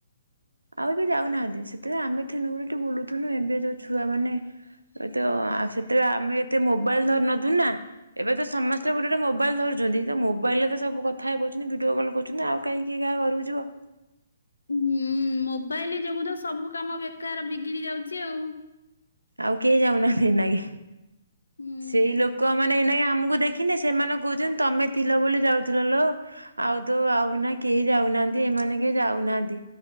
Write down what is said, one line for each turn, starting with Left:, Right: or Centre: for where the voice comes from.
Right: ଆଉ ଏବେ ଯାଉନାହାନ୍ତି ସେଥିପାଇଁ ଆମେ ତ ଏବେଠୁ ବୁଲୁଥିଲୁ ଏବେ ଯୋଉ ଛୁଆମାନେ ତ ଆଉ ସେତେବେଳେ ଆମେ ଏତେ ମୋବାଇଲ ଧରୁନଥିଲୁ ନା ଏବେ ତ ସମସ୍ତେ ଗୋଟେ ଗୋତେ ମୋବାଇଲ ଧରୁ ଯଦି ମୋବାଇଲରେ ତ ସବୁ କଥା ହେଇପାରୁଛନ୍ତି ଭିଡିଓ କଲ୍ କରୁଛନ୍ତି ଆଉ କାହିଁକି କାହା ଘରକୁ ଯିବ।
Left: ହୁଁ ମୋବାଇଲ ଯୋଗୁଁ ତ ସବୁ କାମ ବେକାର ବିଗିଡ଼ି ଯାଉଛି ଆଉ।
Right: ଆଉ କେହି ଯାଉନାହାନ୍ତି ନେଇ।
Left: ହୁଁ।
Right: ସେଇ ଲୋକମାନେ ଏନା ଆମକୁ ଦେଖିନି ସେମାନେ କହୁଛନ୍ତି ତମେ ଥିଲ ବୋଲି ଯାଉଥିଲ ଲୋ ଆଉ ତ ଆଉ ନା କେହି ଯାଉନାହାନ୍ତି ଏମାନେ କେହି ଯାଉନାହାନ୍ତି